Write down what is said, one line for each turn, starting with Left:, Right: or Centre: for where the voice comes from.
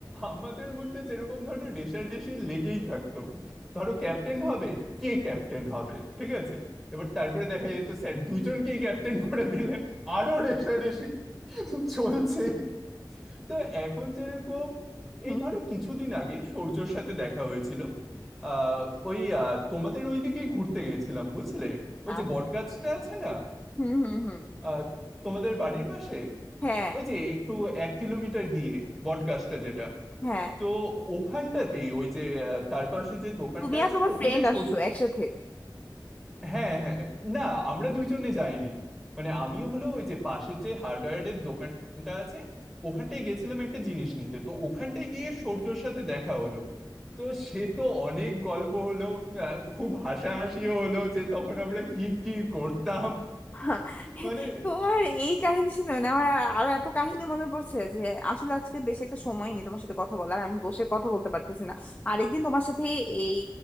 Centre: আমাদের মধ্যে যেরকম ধরো রেষারেষি লেগেই থাকতো ধরো ক্যাপ্টেন হবে কে ক্যাপ্টেন হবে ঠিক আছে এবার তারপরে দেখা যেত স্যার দুইজনকেই ক্যাপ্টেন করে দিলেন আরো রেষারেষি চলছে তো এখন যেরকম
Left: হুম
Centre: এই ধরো
Left: হুম
Centre: কিছুদিন আগেই সূর্যর সাথে দেখা হয়েছিল আহ ওই আহ, তোমাদের ওইদিকেই ঘুরতে গেছিলাম বুঝলে ওই
Left: আচ্ছা
Centre: যে বটগাছটা আছে না
Left: হুম হুম হুম
Centre: আহ, তোমাদের বাড়ির পাশে
Left: হ্যাঁ
Centre: ওই যে একটু এক কিলোমিটার গিয়ে বটগাছটা যেটা
Left: হ্যাঁ
Centre: তো ওখানটাতেই ওই যে আহ, তার পাশে যে দোকানটা
Left: তুমি
Centre: আছে
Left: আর তোমার
Centre: ওখানটাই
Left: ফ্রেন্ড
Centre: সর
Left: আসছো একসাথে
Centre: হ্যাঁ হ্যাঁ না আমরা দুইজনে যাইনি মানে আমি হলো ওই যে পাশের যে হার্ডওয়্যারের দোকানটা আছে ওখানটায় গেছিলাম একটা জিনিস নিতে তো ওখানটায় গিয়ে সূর্যর সাথে দেখা হলো তো সে তো অনেক গল্প হলো আহ, খুব হাসাহাসিও হলো যে তখন আমরা কি কি করতাম
Left: হা,
Centre: মানে
Left: তোমার এই কাহিনী শুনে মানে আমার আরো এত কাহিনী মনে পড়ছে যে আসলে আজকে বেশি একটা সময় নেই তোমার সাথে কথা বলার আমি বসে কথা বলতে পারতেছি না আরেকদিন তোমার সাথে এই